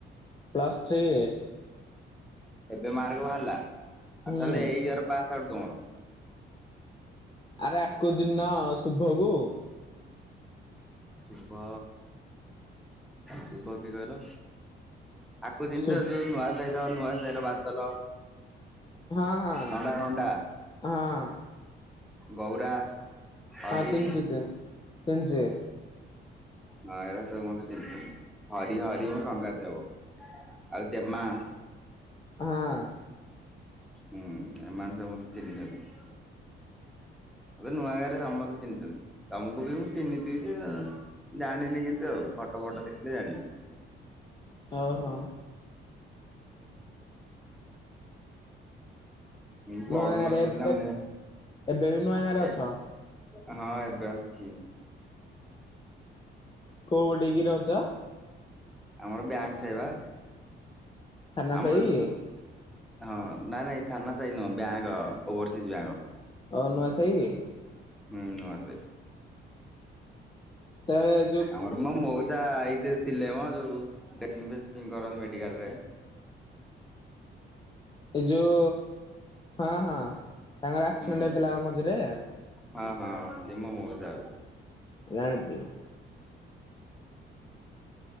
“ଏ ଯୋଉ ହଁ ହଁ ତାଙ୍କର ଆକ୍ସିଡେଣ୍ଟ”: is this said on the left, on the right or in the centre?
Left